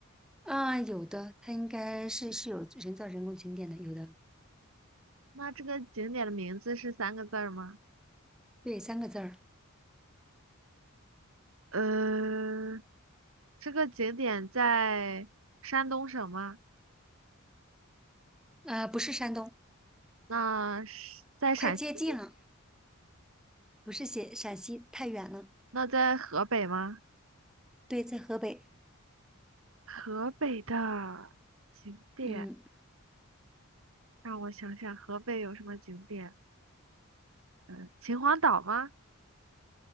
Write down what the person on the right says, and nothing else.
那这个景点的名字是三个字儿吗？
呃，这个景点在山东省吗？
那是在陕西？
那在河北吗？
河北的景点，
让我想想，河北有什么景点？嗯，秦皇岛吗？